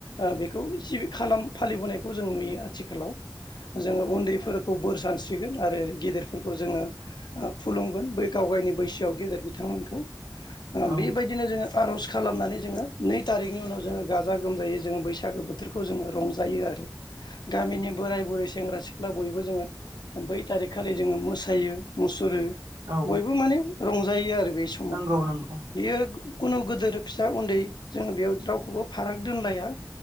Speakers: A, on the left (about 80°); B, on the right (about 65°).
A: ओ-बेखौ सिबि खालाम होनायखौ जों नुयो आथिखालाव। जोङो उन्दैफोरखौ बोर सानस्रिगोन आरो गेदिरफोरखौ जोङो ओ-खुलुमगोन बै गावगायनि बैसोआव गेदेर बिथांमोनखौ ओ-बेबायदिनो
B: औ
A: जोङो। आर'ज खालामनानै जोङो नै थारिखनि उनाव जोङो गाजा गोमजायै जोङो बैसागो बोथोरखौ जोङो रंज जायो आरो गामिनि बोराय बुरै सेंग्रा सिख्ला बयबो जोङो बै थारिख खालि जोङो मोसायो मुसुरो
B: औ
A: बयबो माने रंजायो आरो बे सम
B: नंगौ नंगौ
A: बियो खुनु गोदोर फिसा उन्दै जोङो बेयाव रावखौबो फाराग दोनलाया।